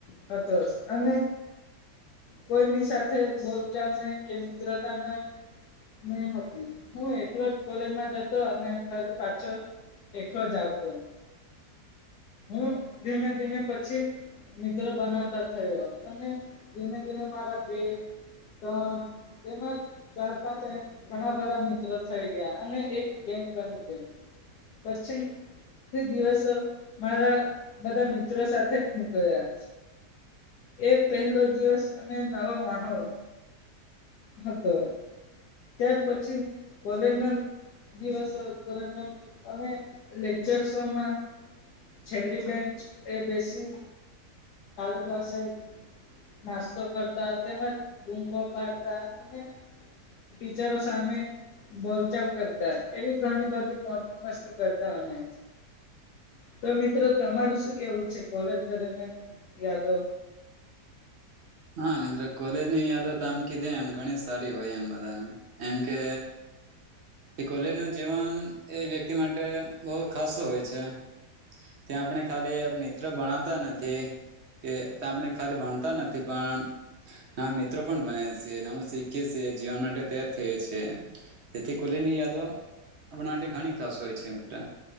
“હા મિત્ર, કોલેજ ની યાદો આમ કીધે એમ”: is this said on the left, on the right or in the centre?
Right